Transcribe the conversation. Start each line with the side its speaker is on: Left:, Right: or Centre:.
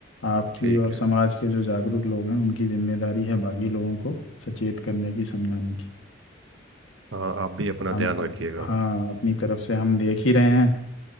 Left: आपकी
Right: ठीक
Left: और समाज
Right: है
Left: के जो जागरूक लोग हैं उनकी जिम्मेदारी है बाकी लोगों को सचेत करने की समझाने की
Right: हाँ आप भी अपना
Left: हम
Right: ध्यान
Left: अप,
Right: रखिएगा
Left: हाँ अपनी तरफ से हम देख ही रहे हैं